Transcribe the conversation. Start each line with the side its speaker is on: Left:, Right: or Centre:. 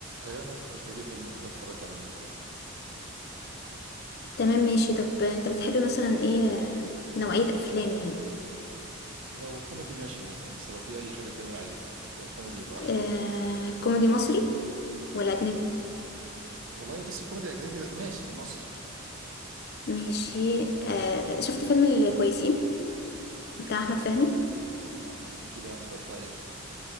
Right: ايام ما تقترحي لي فيلم كده اتفرج عليه النهارده بالليل
Left: تمام ماشي طب انت بتحب مثلا ايه آه، نوعية افلام يعني
Right: لو كوميدي ماشي يعني بس لو في اي حاجه تانية عادي بس لو كوميدي يبقى احلى
Left: آه، كوميدي مصري ولا اجنبي
Right: والله بص كوميدي اجنبي ده- ماشي مصر
Left: ماشي آه، شفت فيلم الكويسين بتاع احمد فهمي
Right: لا ما تحكي لي عنه ده بتاع ايه